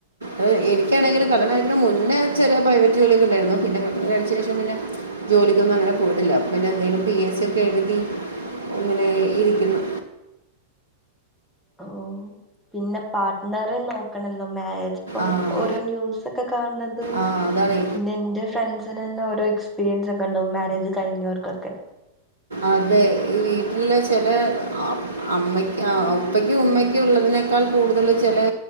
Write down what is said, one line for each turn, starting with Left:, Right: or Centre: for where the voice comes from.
Right: അഹ് എനിക്കാണെങ്കില് കല്യാണം കഴിക്കണെ മുന്നെ ചെറിയ പ്രൈവറ്റ് ജോലിയൊക്ക ഇണ്ടാര്ന്നു പിന്നെ കല്യാണ ശേഷം പിന്നെ ജോലിക്കൊന്നും അങ്ങനെ പോയിട്ടില്ല പിന്നെ എന്തേലും പീ എസ്സി ഒക്ക എഴ്തി ഇങ്ങനേ ഇരിക്കുന്നു.
Centre: ഓഹ് പിന്നെ പാർട്ട്ണറെ നോക്കണല്ലൊ മാരേ ഇപ്പം
Right: ആ
Centre: ഓരോ ന്യൂസ് ഒക്ക കാണ്ണത്
Right: ആ അതാണ്
Centre: പിന്നെ എന്റെ ഫ്രണ്ട്സ് അതിനെന്നെ ഓരോ എക്സ്പീരിയൻസ് ഒക്കണ്ടാവും മാരേജ് കഴിഞ്ഞോർകൊക്കെ
Right: അതെ ഈ വീട്ട്ലെ ചെലേ അമ്മയ്ക്ക് ഉപ്പക്കും ഉമ്മക്കും ഉള്ളതിനെ ക്കാൾ കൂടുതല് ചെലേ